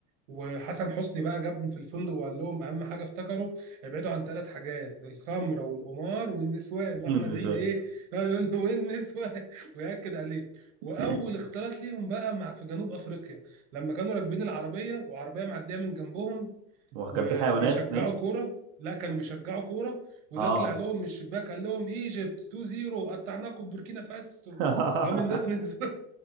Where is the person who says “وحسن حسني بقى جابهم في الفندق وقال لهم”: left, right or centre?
Right